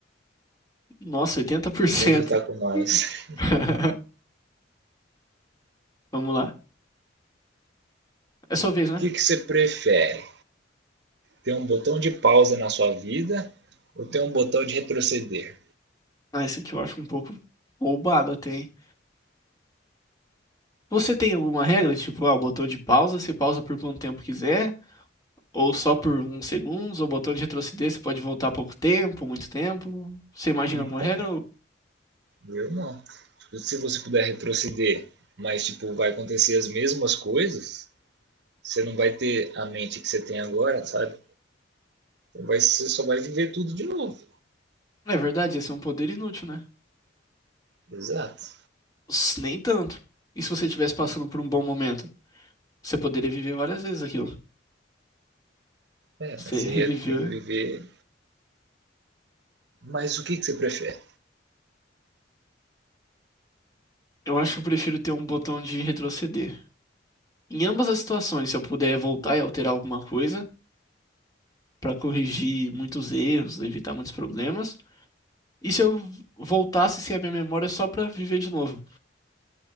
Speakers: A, on the left; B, on the right.
A: Nossa, oitenta por
B: O
A: cento.
B: mundo tá com nós.
A: <laughs> Vamos lá. É sua vez,
B: O
A: né?
B: que, que você prefere? Ter um botão de pausa na sua vida ou ter um botão de retroceder?
A: Ah, esse aqui eu acho um pouco roubado até, hein? Você tem alguma regra? Tipo, ah, o botão de pausa, você pausa por quanto tempo quiser, ou só por uns segundos, ou o botão de retroceder, você pode voltar pouco tempo, muito tempo. Você imagina
B: Então,
A: alguma regra? Ou...
B: eu não. Tipo, se você puder retroceder, mas tipo, vai acontecer as mesmas coisas, você não vai ter a mente que você tem agora, sabe? Então, vai, você só vai viver tudo de novo.
A: Não é verdade, ia ser um poder inútil, né?
B: Exato.
A: Ups, Nem tanto. E se você estivesse passando por um bom momento? Você poderia viver várias vezes aquilo.
B: É,
A: Você
B: mas você
A: reviveu,
B: ia ter que viver. Mas o que, que você prefere?
A: Eu acho que eu prefiro ter um botão de retroceder. Em ambas as situações, se eu puder voltar e alterar alguma coisa pra corrigir muitos erros, evitar muitos problemas. E se eu voltasse sem a minha memória só pra viver de novo?